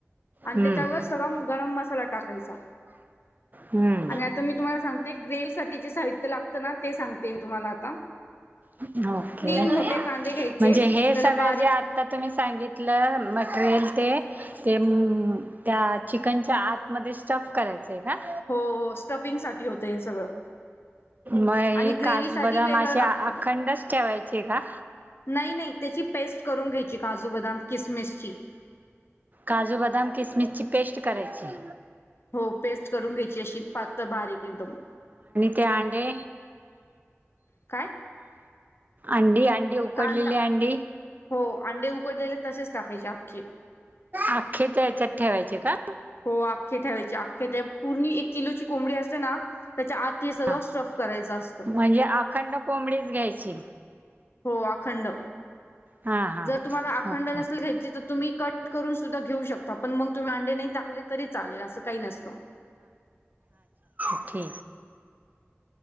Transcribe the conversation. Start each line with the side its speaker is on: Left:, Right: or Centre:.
Left: आणि
Right: हम्म
Left: त्याच्यावर सगळ गरम मसाला टाकायचा.
Right: हम्म हम्म
Left: आणि आता मी तुम्हाला सांगते ग्रेव्ही साठी जे साहित्य लागतं ना ते सांगते. ते मी तुम्हाला आता
Right: ओके
Left: तीन मोठे कांदे घ्यायचे
Right: म्हणजे
Left: त्याला
Right: हे सगळं
Left: बारीक
Right: जे आता तुम्ही सांगितल तलं मटेरियल ते ते त्या चिकनच्या आतमध्ये स्टफ करायचं आहे का?
Left: हो स्टफिंग साठी होतं हे सगळं
Right: मग हे
Left: आणि ग्रेव्ही
Right: काजू
Left: साठी
Right: बदाम
Left: वेगळं
Right: असे
Left: लागतं
Right: अखंडच ठेवायचे का?
Left: नाही नाही त्याची पेस्ट करून घ्यायची काजू बदाम किसमिसची
Right: काजू बदाम किसमिस ची पेस्ट करायची.
Left: हो पेस्ट करून घ्यायची अशी पात्तळ बारीक एकदम
Right: त्याडे
Left: काय
Right: अंडी अंडी उकडलेली
Left: कांदा
Right: अंडी
Left: हो अंडे उकडलेले तसेच टाकायचे आखे
Right: अख्खे त्या या्याच्यात ठेवायचे का
Left: हो आख्खे ठेवायचे अख्े ते पूर्णी एक किलोची कोंबडी असते ना त्याच्या आत हे सगळं
Right: हा
Left: स्टफ करायच असत
Right: म्हणजे अखंड कोंबडीच घ्यायची
Left: हो अखंड
Right: हा हा
Left: जर तुम्हाला अखंड
Right: ओके
Left: नसेल घ्यायची तर तुम्ही कट करून सुद्ा घेऊ शकता पण मग तुम् नाही टाकले तरी चाले अस काही नसत
Right: ठठी